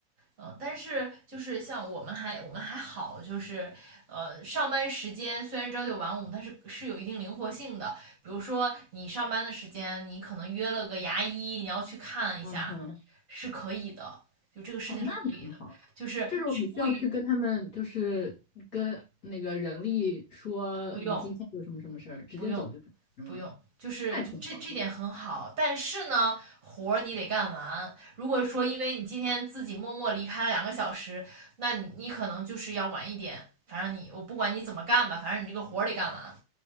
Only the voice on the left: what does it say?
嗯哼。
哦，那挺好。
这种你需要去跟他们，就是跟那个人力说你今天有什么什么事儿，
直接走就是是吗？
那也挺好的。